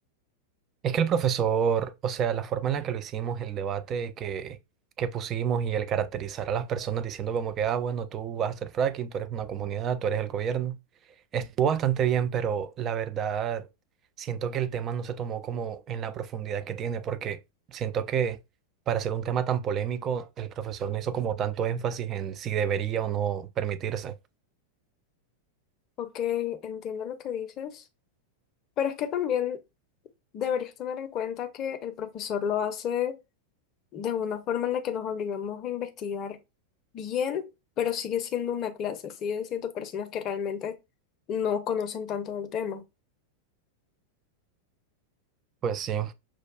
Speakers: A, on the right; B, on the left.
A: Es que el profesor, o sea, la forma en la que lo hicimos, el debate que, que pusimos y el caracterizar a las personas diciendo como que, ah, bueno, tú vas a hacer fracking, tú eres una comunidad, tú eres el gobierno, estuvo bastante bien, pero la verdad siento que el tema no se tomó como en la profundidad que tiene, porque siento que para ser un tema tan polémico, el profesor no hizo como tanto énfasis en si debería o no permitirse.
B: Ok, entiendo lo que dices, pero es que también deberías tener en cuenta que el profesor lo hace de una forma en la que nos obligamos a investigar bien, pero sigue siendo una clase, sigue siendo personas que realmente no conocen tanto del tema.
A: Pues sí.